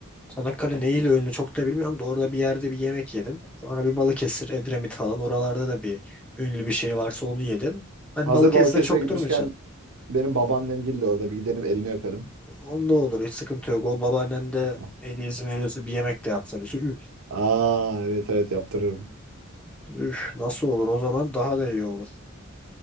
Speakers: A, in the centre; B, on the right.
A: Çanakkale neyle ünlü çok da bilmiyorum da orada bir yerde bir yemek yedim. Sonra bir Balıkesir, Edremit falan oralarda da bir ünlü bir şey varsa onu yedin. Hani
B: Hazır
A: Balıkesir'de
B: Balıkesir'e
A: çok
B: gitmişken
A: durmayacaksın.
B: benim babaannemgil de orada bir gidelim elini öpelim.
A: Onda olur hiç sıkıntı yok. O babaannen de
B: <laughs>
A: eli izin veriyorsa bir yemek de yapsa bize. Üf,
B: Aa evet evet yaptırırım.
A: üf, nasıl olur o zaman daha da iyi olur.